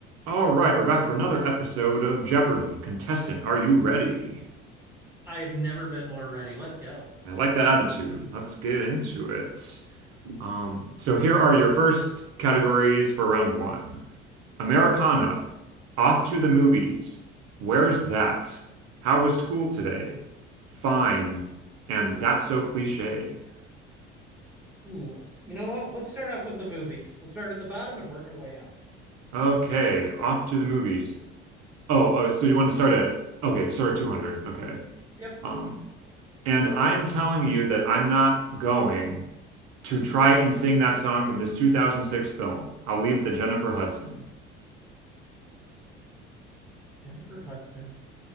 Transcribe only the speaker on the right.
All right, we're back for another episode of Jeopardy! Contestant, are you ready?
I like that attitude. Let's get into it. Um, so here are your first categories for round one. Americana, off to the movies. Where's that? How was school today? Fine. And that's so cliche.
Okay, off to the movies. Oh, uh, so you want to start at, okay, start at 200. Okay.
Um, and I am telling you that I'm not going. to try and sing that song from this 2006 film? I'll leave it to Jennifer Hudson.